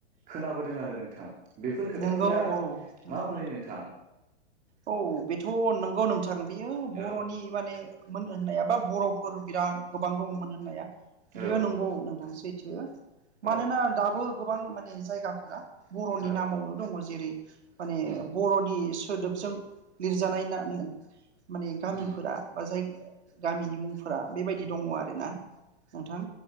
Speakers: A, on the right; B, on the right.
A: खोनाबोदों आरो नोंथां। बेफोर खोथाफोरा
B: नंगौ औ नंगौ
A: माबोरै नोंथां।
B: औ बेथ' नंगौ नोंथां बेयो बर'नि
A: औ
B: माने मोन होननाया बा बर'फोर बिराद गोबां दङमोन होननाया।
A: औ
B: बेयो नंगौ
A: औ
B: नोंथां सैथो मानोना
A: औ
B: दाबो गोबां माने जायगाफोरा बर'नि
A: औ
B: नामावनो दङ जेरै माने
A: उम
B: बर'नि सोदोबजों लिरजानाय ना माने गामिफोरा
A: उम
B: बा जाय गामिनि मुंफोरा बेबायदि दङ आरोना। नोंथां